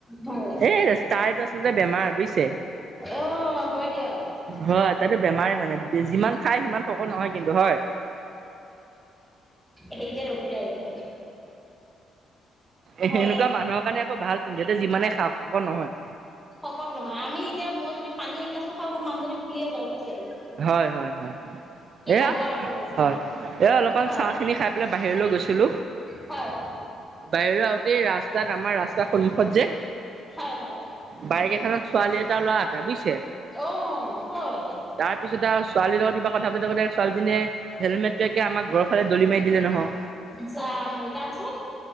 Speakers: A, in the centre; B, on the right (about 60°).
A: হয়
B: এই তাইটো আচলতে বেমাৰ বুজিছে।
A: অ' হয় দিয়ক।
B: হয় তাতো বেমাৰে মানে যিমান খায় সিমান শকত নহয় কিন্তু হয়।
A: সেইতে ৰখি থাকে।
B: এ
A: হয়
B: সেনেকুৱা মানুহৰ কাৰণে আকৌ ভাল কিধোতে যিমানে খ খকৰ নহয়।
A: শকত নহয় আমি এতিয়া মই যদি পানী এগিলাছৰ হয় মোৰ মানুহদি ফুলিয়ে যাওঁ বুজিছে।
B: হয় হয় হয়।
A: কি
B: এয়া
A: ক'ব আৰু
B: হয় এয়া অলপমান
A: হয়
B: চাহ খিনি খাই পেলাই বাহিৰলৈ গৈছিলো।
A: হয়
B: বাহিৰ আহোতে ৰাস্তাত আমাৰ ৰাস্তাৰ সন্মুখত যে
A: হয় হয়
B: বাইক এখনত ছোৱালী এটা লৰা এটা বুজিছে।
A: অ হয়
B: তাৰ পিছতে আৰু ছোৱালীৰ লগত কিবা। কথা পা গলে ছোৱালীজনীয়ে হেলমেট টো একে আম ঘৰ ফালে দলি মি দিলে নহয়।
A: যামামি তাৰপিছত